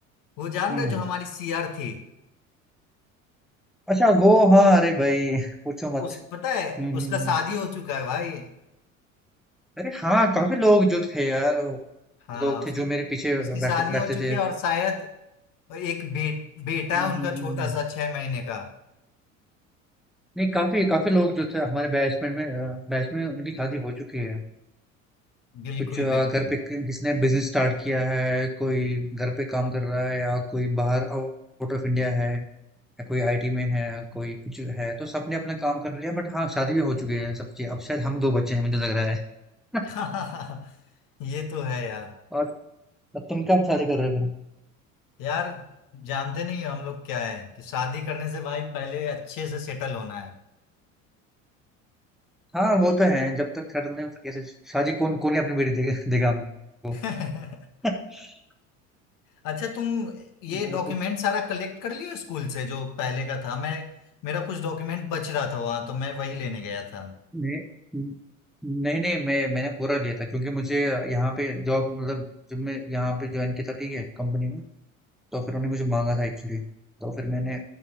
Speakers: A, on the left; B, in the centre.
A: वो जान
B: हुँ।
A: रहे हो जो हमारी सीआर थी
B: अच्छा वो हाँ, अरे भई पूछो मत।
A: उस पता है
B: हुँ, हुँ,
A: उसका
B: हुँ।
A: शादी हो चुका है भाई
B: अरे हाँ, काफ़ी लोग जो थे यार,
A: हाँ
B: लोग
A: उसकी
B: थे जो मेरे पीछे
A: उसकी शादी
B: बैठते
A: हो
B: बैठते
A: चुकी
B: थे।
A: है और शायद एक बे, बेटा
B: हुँ,
A: है उनका
B: हुँ, हुँ,
A: छोटा
B: हुँ।
A: सा छह महीने का
B: नहीं काफ़ी काफ़ी लोग जो थे हमारे बैच में में अ, बैच में उनकी शादी हो चुकी है।
A: बिल्कुल
B: कुछ अ,
A: बिल्कुल
B: घर पे कि- किसने बिजनेस स्टार्ट किया है कोई घर पे काम कर रहा है या कोई बाहर आउट ऑफ इंडिया है या कोई आईटी में है या कोई कुछ है तो सबने अपना काम कर लिया बट हाँ शादी भी हो चुकी है सबकी अब शायद हम दो बच्चे हैं मुझे लग रहा है <laughs>
A: <laughs> ये तो है यार
B: और तुम कब शादी कर रहे हो
A: यार जानते नहीं हो हम लोग क्या है कि शादी करने से भाई पहले अच्छे से सेटल होना है
B: हाँ वो तो है जब तक सेटल नहीं होता कैसे शादी कौन कौन ही अपनी बेटी देगा देगा हमको
A: <laughs>
B: <laughs>
A: अच्छा तुम ये
B: और
A: डॉक्यूमेंट
B: तो
A: सारा कलेक्ट कर लियो स्कूल से जो पहले का था मैं मेरा कुछ डॉक्यूमेंट बच रहा था वहां तो मैं वही लेने गया था
B: नहीं नहीं नहीं मैं मैंने पूरा लिया था क्योंकि मुझे यहाँ पे जॉब मतलब जब मैं यहाँ पे ज्वाइन किया था ठीक है कंपनी में तो फिर उन्होंने मुझे मांगा था एक्चुअली तो फिर मैंने